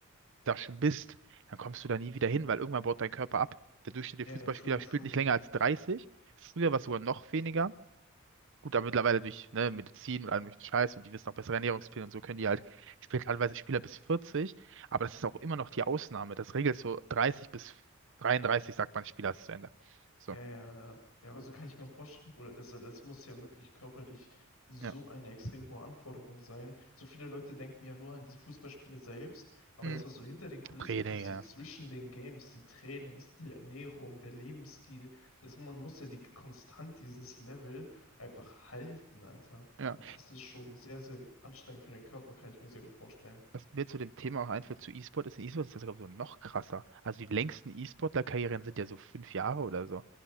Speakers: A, on the right; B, on the left.
A: da schon bist, dann kommst du da nie wieder hin, weil irgendwann baut dein Körper ab. Der durchschnittliche
B: Ja,
A: Fußballspieler
B: ja, true, true.
A: spielt nicht länger als 30. Früher war es sogar noch weniger. Gut, aber mittlerweile durch ne, Medizin und allem möglichen Scheiß und die wissen auch bessere Ernährungspläne und so können die halt, spielen teilweise Spieler bis 40, aber das ist auch immer noch die Ausnahme. Das regelt so 30 bis 33, sagt man, Spieler ist zu Ende. So,
B: Ja, ja, ja. Ja, aber so kann ich mir auch vorstellen, Bruder. Das, das muss ja wirklich körperlich so
A: ja.
B: eine extrem hohe Anforderung sein. So viele Leute denken ja nur an diese Fußballspiele selbst, aber
A: Mhm.
B: das, was so hinter den Kulissen
A: Training,
B: passiert,
A: ja.
B: zwischen den Games, die Trainings, die Ernährung, der Lebensstil, das, man muss ja die konstant dieses Level einfach halten, Alter.
A: Ja.
B: Und das ist schon sehr, sehr anstrengend für den Körper, kann ich mir sehr gut vorstellen.
A: Was mir zu dem Thema auch einfällt, zu E-Sport ist, in E-Sport ist das, glaube ich, sogar noch krasser. Also die längsten E-Sportler-Karrieren sind ja so fünf Jahre oder so.